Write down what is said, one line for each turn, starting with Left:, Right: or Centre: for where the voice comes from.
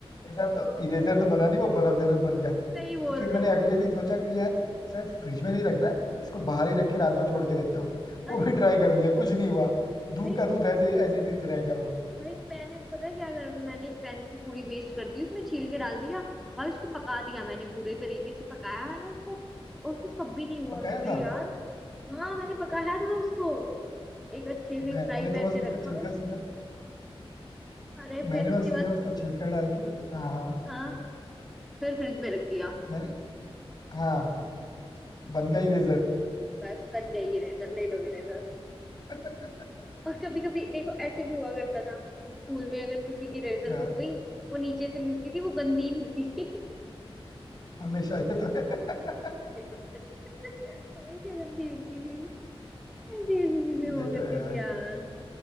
Left: इरेजर तो इरेजर तो बना नहीं वो बर्फ जरूर बन गया
Centre: सही बोल
Left: तो फिर
Centre: रहे
Left: मैंने
Centre: हो
Left: अगले दिन सोचा कि शायद शायद फ्रिज में नहीं रखना है इसको बाहर ही रख के रात भर छोड़ के देखता हूँ वो
Centre: अरे
Left: भी ट्राई कर लिया कुछ नहीं हुआ दूध
Centre: भाई
Left: का दूध एज एज इट इज रह गया वो
Centre: भाई मैंने पता है क्या करा था मैंने एक पेंसिल पूरी वेस्ट कर दी उसमें छील के डाल दिया भाई उसको पका दिया मैंने बुरे तरीके से पकाया मैंने उसको और वो तब भी नहीं हुआ
Left: पकाया
Centre: मैं क्या
Left: था
Centre: यार हाँ मैंने पकाया था उसको एक अच्छे से
Left: मैंने
Centre: फ्राई
Left: तो
Centre: पैन
Left: बस
Centre: में
Left: उसका
Centre: रखा
Left: छिलका सीधा
Centre: अरे फिर
Left: मैंने
Centre: उसके
Left: बस सीधा
Centre: बाद
Left: उसका छिलका डाल के हाँ हाँ
Centre: हाँ फिर फ्रिज में रख दिया
Left: मैंने हाँ बन गया इरेजर
Centre: बस बन गई इरेजर ले लो इरेजर
Left: <laughs>
Centre: और कभी कभी देखो ऐसे भी हुआ करता था स्कूल में अगर किसी की इरेजर
Left: क्या
Centre: हो गई वो नीचे से मिलती थी वो गंदी मिलती थी
Left: हमेशा ये तो है <laughs>
Centre: <laughs> हमेशा गंदी मिलती थी ऐसी ऐसी चीजें हुआ
Left: ये तो
Centre: करती
Left: है यार
Centre: थी यार